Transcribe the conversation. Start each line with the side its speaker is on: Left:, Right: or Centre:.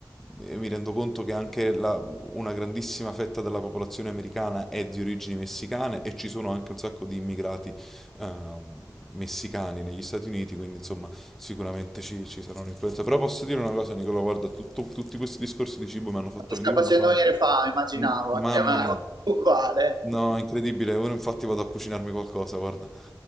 Centre: eh, mi rendo conto che anche la- una grandissima fetta della popolazione americana è di origini messicane e ci sono anche un sacco di immigrati ehm, messicani negli Stati Uniti, quindi insomma sicuramente ci, ci sarà un'influenza. Però posso dire una cosa, Nicola, guarda, tutto- tutti questi discorsi di cibo mi hanno fatto
Right: Ma ti
Centre: venire
Right: sta facendo
Centre: una fame.
Right: venire fame, immaginavo,
Centre: Mm, Mamma
Right: anche a me,
Centre: mia.
Right: <laughs> uguale,
Centre: No, incredibile. Ora infatti vado a cucinarmi qualcosa, guarda.